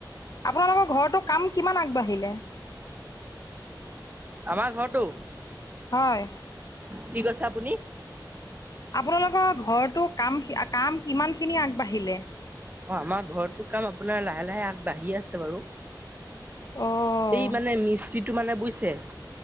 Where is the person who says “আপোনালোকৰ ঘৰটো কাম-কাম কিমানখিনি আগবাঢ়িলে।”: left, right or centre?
Left